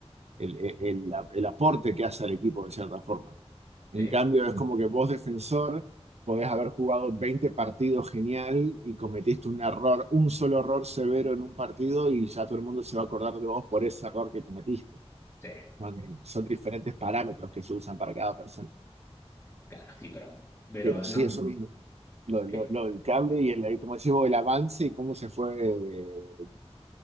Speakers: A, on the right; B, on the left.
A: el- el- el- el aporte que hace al equipo de cierta forma. En
B: Sí,
A: cambio, es como que vos, defensor, podés haber jugado 20 partidos genial y cometiste un error, un solo error severo en un partido y ya todo el mundo se va a acordar de vos por ese error que cometiste.
B: sí,
A: Son, son diferentes parámetros que se usan para cada persona.
B: claro, sí, pero... Pero
A: Pero sí,
B: no.
A: eso Mm. mismo. lo, lo,
B: Este.
A: lo del cable y el, como decimos, el avance y cómo se fue eh,